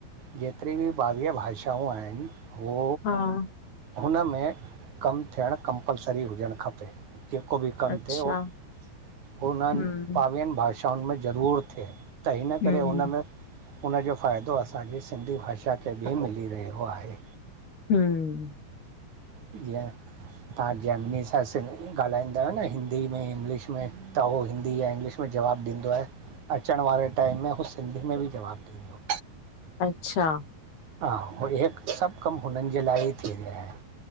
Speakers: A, on the right (about 50°); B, on the left (about 75°).
A: जेतिरी बि ॿावीय भाषाऊं आहिन हू
B: हाँ,
A: हुन में कमु थियण कंपलसरी हुजण खपे। जेको बि कमु
B: अच्छा,
A: थिए उहो हुननि
B: हम्म,
A: ॿावीहनि भाषाउनि में ज़रूर थिए। त हिन
B: हम्म,
A: करे हुनमें हुन जो फ़ायदो असांजी सिंधी भाषा खे बि मिली रहियो आहे।
B: हंम।
A: जीअं तव्हां जेमिनी सां सिन्धी ॻाल्हाईंदा आहियो न हिंदी में इंग्लिश में त हू हिंदी या इंग्लिश में जवाबु ॾींदो आहे। अचण वारे टाइम में हू सिंधी में बि जवाब ॾींदो।
B: अच्छा।
A: हा इहे सभ कम हुननि जे लाइ ई थी रहिया आहिन।